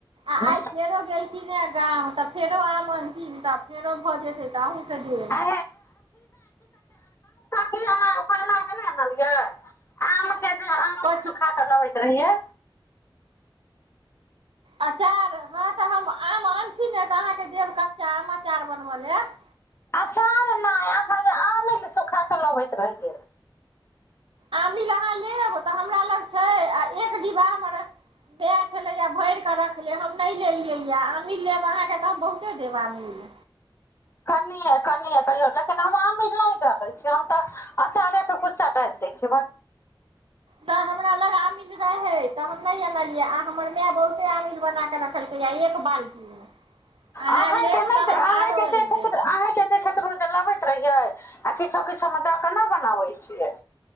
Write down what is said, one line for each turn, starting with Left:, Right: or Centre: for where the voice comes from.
Right: आ
Left: हँ
Right: आयत नेरो गेल चह गाम तऽ फेरो आम चह तऽ फेो भऽ जेतै त कटि गेलय
Left: आ- ना केना आनलियै आम के नहि आम
Right: कथी
Left: सुखा क लगैत रहियै
Right: अचार हँ तऽ हम आम आन छी ने तऽ अहाँके देब कच्चा आम अचार बनबय लेब
Left: अचार नहि आ जे आम ल सुखा कऽ लबैत रहि गेल
Right: आमिल अहाँ लेब तऽ हमरा लग छै आ एक डिब्बामेर दए छलैए भरि कऽ रखलेब हम नहि लेलियैए आमिल लेब अहाँके तऽ हम बहुते देब आमिल
Left: कनिए कनिए कहियो लेकिन हम आमीर नहि डालै छीिय हम तऽ अँचारेके गुच्चा डालि दै छिय
Right: त हमरा लग आमील रहे तऽ नहि आनलियै आ हमर माय बहुते अमीिल बना क रखलकैएा एक बाल्टीमे अहाँ
Left: अं
Right: लेब
Left: के नहि
Right: तऽ हम
Left: अह
Right: आरो आनि
Left: देख
Right: देब
Left: अहीं के देखैत लबैत रहिये आ किछो किछु म तब केना बनाबै छियै